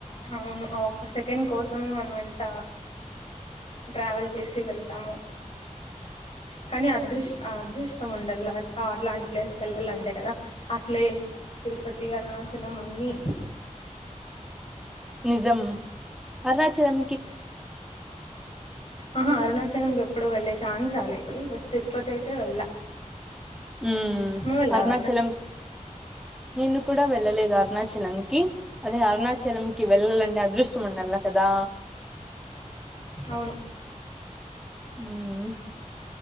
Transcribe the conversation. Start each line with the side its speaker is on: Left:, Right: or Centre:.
Left: అవును ఆ ఒక్క సెకండ్ కోసమే మనం ఎంత ట్రావెల్ చేసి వెళ్తామో కానీ అదృష్ అదృష్టం ఉండాల అట్లాంటి ప్లేస్ కి వెళ్ళాలంటే కదా అట్లే తిరుపతి అరుణాచలం అన్నీ
Centre: నిజం అరుణాచలం
Left: అహా అరుణాచలంకి ఎప్పుడు వెళ్ళ ఛాన్స్ రాలేదు బట్ తిరుపతి అయితే వెళ్ళ
Centre: ఉమ్మ్
Left: నువ్వు వెళ్ళావా
Centre: అరుణాచలం నేను కూడ వెళ్ళలేద్ అరుణాచలంకి అదే అరుణాచలంకి వెళ్ళాలంటే అదృష్టం ఉండలా కదా
Left: అవును
Centre: ఊ మ్